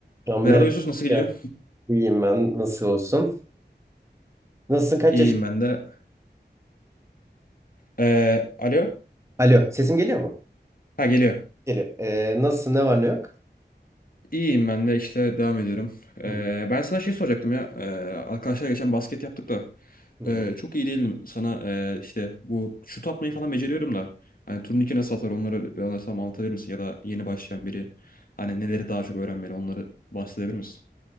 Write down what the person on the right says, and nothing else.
Can merhaba.
Gel. İyiyim ben. Nasıl olsun? Nasılsın? Kaç
yaş?
Alo. Sesim geliyor mu?
Geliyor. Ee, nasılsın? Ne var ne yok?
Hı
hı.
Hı hı.